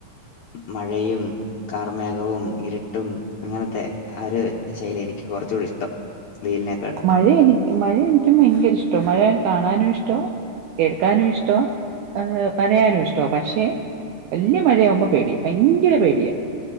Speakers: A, on the left; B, on the right.
A: മഴയും കാർമേഘവും ഇരുട്ടും അങ്ങന ക്കെ ആ ഒരു ശൈലിയെഎനിക്ക് കുറച്ചൂടി ഇഷ്ടം വെയിലിനെ
B: മഴ എനി മഴ എനിക്കും ഭയങ്കര ഇഷ്ട മഴ കാണാനും ഇഷ്ടാ കേൾക്കാനും ഇഷ്ടവാ നനയാനും ഇഷ്ടാ പക്ഷെ വല്ല്യ മഴയാവുമ്പോ പേടിയ ഭയങ്കര പേടിയാ